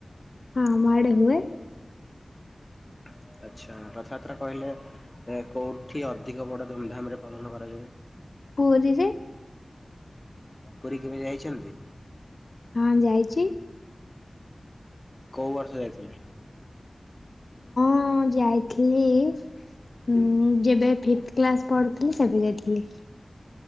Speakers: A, on the left; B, on the left.
A: ହଁ ମାେ ହୁଏ
B: <inaudible> ଆଚ୍ଛା ରଥଯାତ୍ରା କହିଲେ କୋଉଁଠି ଅଧିକ ବଡ଼ ଧୁମଧାମରେ ପାଳନ କରାଯାଏ।
A: ପରିରେ
B: ହଁ ପୁରୀ କେମିତି ଯାଇଛନ୍ତି।
A: କଁ ଯାଇଛି।
B: କୋଉ ବର୍ଷ ଯାଇଥିଲେ?
A: ହଁ ଯାଇଥିଲି। ହଁ ଯେବେ ଫିଥ କ୍ଲାସ ପଢୁଥିଲି ସେବେ ଯାଇଥିଲି।